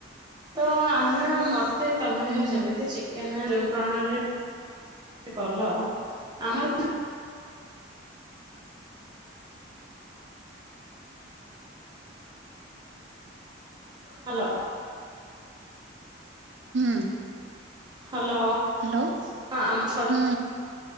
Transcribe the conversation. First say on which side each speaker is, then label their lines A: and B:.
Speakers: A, on the right; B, on the right.
A: ତ ଆମେ ମ ମତେ ତମେ
B: ହୁଁ
A: ଯେମିତି
B: ହୁଁ
A: ଚିକେନ ଯୋଉ ପ୍ରଣାଳୀରେ କଲ ଆମର ହ୍ୟାଲୋ।
B: ହୁଁ।
A: Hello ହଁ
B: hello.
A: ଆମ
B: ହୁଁ